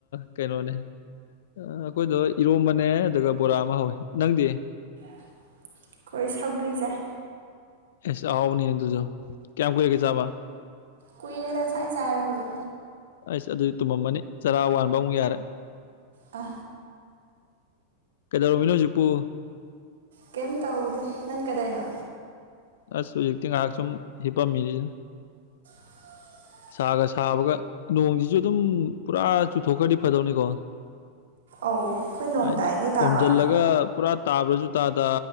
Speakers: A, on the left; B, on the right.
A: ꯀꯩꯅꯣꯅꯦ ꯑꯩꯈꯣꯏꯗꯣ ꯏꯔꯣꯝꯕꯅꯦ ꯑꯗꯨꯒ ꯕꯣꯔꯥ ꯑꯃ ꯍꯧꯋꯦ ꯅꯪꯗꯤ
B: ꯑꯩꯈꯣꯏ ꯁꯧꯒ꯭ꯔꯤ ꯆꯥꯏ
A: ꯑꯁ ꯑꯍꯥꯎꯕꯅꯤ ꯑꯗꯨꯁꯨ ꯀꯌꯥꯝ ꯀꯨꯏꯔꯒꯦ ꯆꯥꯕ
B: ꯀꯨꯏꯔꯦꯗ ꯉꯁꯥꯏ ꯆꯥꯔꯦ ꯑꯩꯈꯣꯏꯁꯨ
A: ꯑꯩꯁ ꯑꯗꯨꯗꯤ ꯇꯨꯝꯃꯝꯃꯅꯤ ꯆꯥꯔꯥ ꯋꯥꯟꯕ ꯑꯃꯨꯛ ꯌꯥꯔꯦ
B: ꯑ
A: ꯀꯩꯗꯧꯔꯝꯃꯤꯅꯣ ꯍꯧꯖꯤꯛꯄꯨ
B: ꯀꯩꯝ ꯇꯧꯗꯦ ꯅꯪ ꯀꯗꯧꯏꯅꯣ
A: ꯑꯁ ꯍꯧꯖꯤꯛꯇꯤ ꯉꯥꯏꯍꯥꯛ ꯁꯨꯝ ꯍꯤꯞꯄꯝꯃꯤꯅꯤꯗ
B: <inaudible>
A: ꯁꯥꯒ ꯁꯥꯕꯒ ꯅꯣꯡꯁꯤꯁꯨ ꯑꯗꯨꯝ ꯄꯨꯔꯥ ꯆꯨꯊꯣꯛꯈ꯭ꯔꯗꯤ ꯐꯗꯧꯅꯤꯀꯣ
B: ꯑꯧ ꯑꯩꯈꯣꯏ ꯅꯣꯡ
A: ꯍꯥꯏꯗꯤ
B: ꯇꯥꯏ ꯅꯣꯏ ꯇꯥꯕ꯭ꯔꯣ
A: ꯑꯣꯝꯁꯤꯜꯂꯒ ꯄꯨꯔꯥ ꯇꯥꯕ꯭ꯔꯁꯨ ꯇꯥꯗ